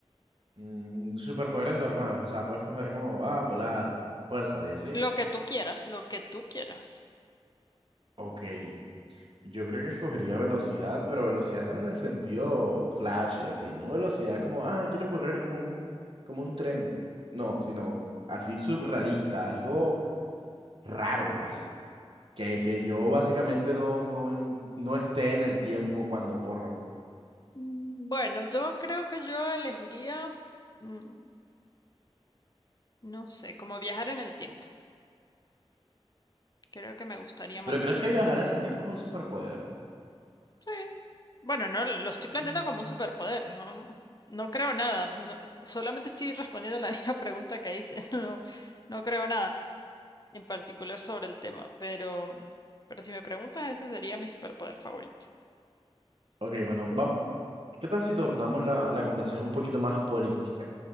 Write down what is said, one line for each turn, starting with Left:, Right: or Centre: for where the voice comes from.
Right: Mm, superpoderes normales, o sea, puedes coger como, ah, volar, fuerza y así.
Left: Lo que tú quieras, lo que tú quieras.
Right: Ok. Yo creo que escogería velocidad, pero velocidad en el sentido flash, así, no velocidad como, ah, quiero correr como un, como un tren. No, sino así surrealista, algo raro, al- que, que yo básicamente no, no, en- no esté en el tiempo cuando corro.
Left: Bueno, yo creo que yo elegiría, mm, no sé, como viajar en el tiempo. Creo que me gustaría más
Right: ¿Pero crees
Left: eso.
Right: que viajar en el tiempo es un superpoder?
Left: Sí. Bueno, no lo estoy planteando
Right: Mm.
Left: como un superpoder, no, no creo nada. no- solamente estoy respondiendo la <laughs> misma pregunta que hice. <laughs> No, no creo nada. en particular sobre el tema, pero, pero si me preguntas, ese sería mi superpoder favorito.
Right: Ok, bueno, vamos. ¿Qué tal si tornamos la, la conversación un poquito más política?